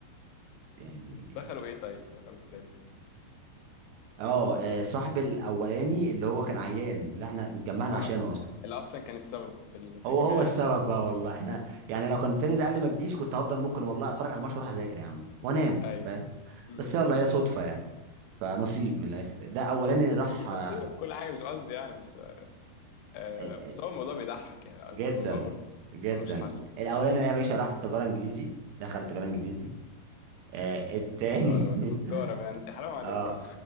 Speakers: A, on the right; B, on the left.
A: يعني
B: دخلوا ايه طيب دخلوا كليات ايه
A: اه آه، صاحب الاولاني اللي هو كان عيان اللي احنا اتجمعنا
B: اه
A: عشانه اصلا
B: اللي اصلا كان السبب في التجميع
A: هو هو السبب
B: الخرج
A: بقى والله احنا يعني لو كان التاني ده قال لي ما تجيش كنت هفضل ممكن والله اتفرج على الماتش واروح اذاكر يا عم وانام
B: ايوه
A: فاهم
B: مم.
A: بس يلا هي صدفه يعني فنصيب من الاخر ده اولاني راح
B: يعني
A: آه،
B: نصيبه بكل حاجه مش قصدي يعني بس آه
A: آه،
B: بس هو الموضوع بيضحك يعني قصدي
A: جدا
B: الموضوع برضه
A: جدا
B: ملوش حل
A: الاولاني ده يا باشا راح تجاره انجليزي دخل تجاره انجليزي آه التاني
B: تجاره والدته
A: <laughs>
B: تجاره من عند- حرام عليكم
A: اه